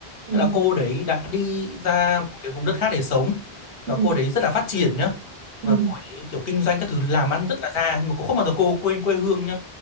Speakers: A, on the right; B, on the left.
A: ừ
B: nghĩa là cô đấy đã đi ra một cái vùng đất khác để sống và
A: ừ
B: cô đấy rất là phát triển nhá và
A: ừ
B: cô ấy kiểu kinh doanh các thứ làm ăn rất là ra nhưng mà cô không bao giờ cô quên quê hương nhá